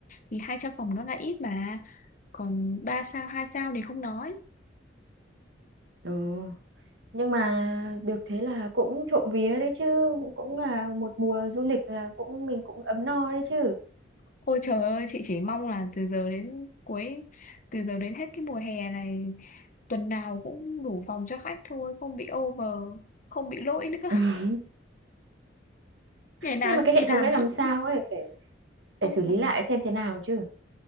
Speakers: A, on the left; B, on the right.
A: thì 200 phòng nó là ít mà. Còn 3 sao, 2 sao thì không nói.
B: Ừ. nhưng mà được thế là cũng trộm vía đấy chứ cũng là một mùa du lịch là cũng mình cũng ấm no đấy chứ
A: Ôi trời ơi, chị chỉ mong là từ giờ đến cuối, từ giờ đến hết cái mùa hè này, tuần nào cũng đủ phòng cho khách thôi, không bị over, không bị lỗi nữa. <laughs>
B: <laughs>
A: Ngày nào
B: nhưng mà
A: chị
B: cái
A: đi
B: hệ thống
A: làm
B: đấy làm
A: chị
B: sao
A: cũng
B: ấy phải phải
A: không
B: xử lý
A: làm.
B: lại xem thế nào chứ